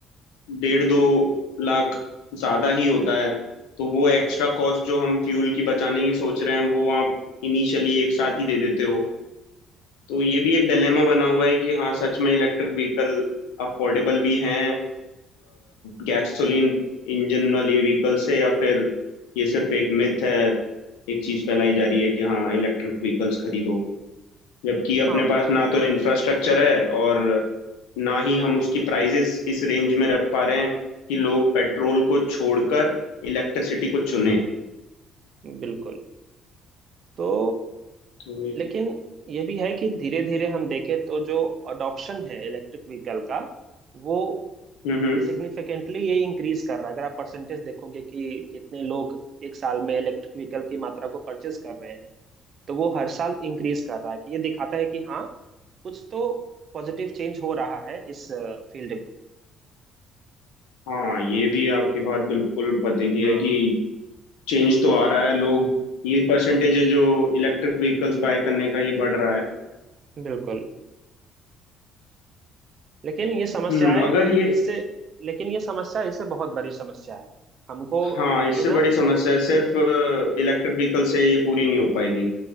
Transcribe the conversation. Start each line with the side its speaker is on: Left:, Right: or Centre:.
Left: डेढ़ दो लाख ज्यादा ही होता है तो वो एक्स्ट्रा कॉस्ट जो हम फ्यूल की बचाने की सोच रहे हैं वो आप इनिशियली एक साथ ही दे देते हो तो ये भी एक डिलेमा बना हुआ है कि हाँ सच में इलेक्ट्रिक व्हीकल अफोर्डेबल भी हैं गैसोलीन इंजन वाली व्हीकल से या फिर ये सिर्फ एक मिथ है एक चीज फैलाई जा रही है कि हाँ इलेक्ट्रिक व्हीकल्स खरीदो जबकि अपने
Right: हाँ
Left: पास ना तो इंफ्रास्ट्रक्चर है और ना ही हम उसकी प्राइजेस इस रेंज में रख पा रहे हैं कि लोग पेट्रोल को छोड़कर इलेक्ट्रिसिटी को चुने
Right: बिल्कुल तो
Left: तो
Right: लेकिन ये भी है कि धीरे धीरे हम देखें तो जो अडॉप्शन है इलेक्ट्रिक व्हीकल का वो
Left: हम्म हम्म,
Right: सिग्निफिकेंटली ये इंक्रीज कर रहा है अगर आप परसेंटेज देखोगे कि कितने लोग एक साल में इलेक्ट्रिक व्हीकल की मात्रा को परचेज कर रहे हैं तो वो हर साल इंक्रीज कर रहा है कि ये दिखाता है कि हाँ कुछ तो पॉजिटिव चेंज हो रहा है इस फील्ड में
Left: हाँ ये भी आपकी बात बिल्कुल पते की
Right: हाँ
Left: है कि चेंज तो आ रहा है लोग ये परसेंटेज जो इलेक्ट्रिक व्हीकल्स बाय करने का ये बढ़ रहा है
Right: बिल्कुल लेकिन ये समस्याएं
Left: हम्म अगर ये
Right: इससे लेकिन ये समस्या इससे बहुत बड़ी समस्या है हमको
Left: हाँ
Right: ये
Left: इससे
Right: ना
Left: बड़ी समस्या है सिर्फ इलेक्ट्रिक व्हीकल से ये पूरी नहीं हो पाएगी